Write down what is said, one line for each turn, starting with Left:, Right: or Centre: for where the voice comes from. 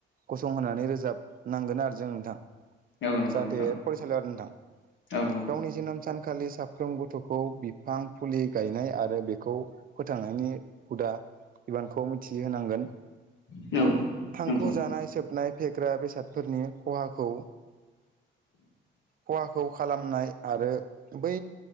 Right: गसंहोनानै रोजाबनांगोन आरो जों। जाहाथे
Left: औ नंगौ नोंथां
Right: फरायसालियाव नोंथां
Left: औ नंगौ
Right: गावनि जोनोम सानखौ आथिखालि साफ्रोम गथ'खौ बिफां फुलि गायनाय आरो बेखौ फोथांनायनि हुदा बिबानखौ मिथिहोनांगोन।
Left: औ
Right: थांखु
Left: नंगौ
Right: जानाय सोबनाय फेग्रा बेसादफोरनि खहाखौ खहाखौ खालामनाय आरो बै